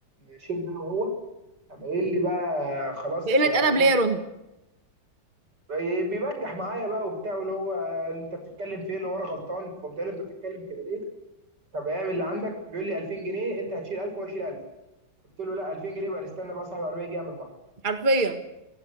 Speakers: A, on the right; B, on the right.
A: نشد انا وهو قام قايل لي بقى خلاص
B: بقلة
A: يعني
B: أدب
A: ايه
B: ليه يا رون
A: بي- بيبجح معايا بقى وبتاع واللي هو انت بتتكلم في ايه اللي ورا غلطان فقمت قايل له انت بتتكلم كده ليه طب اعمل اللي عندك بيقول لي 2000 جنيه انت هتشيل 1000 وهو يشيل 1000 قلت له لا 2000 جنيه بقى نستنى بقى صاحب العربيه يجي يعمل محضر
B: حرفيا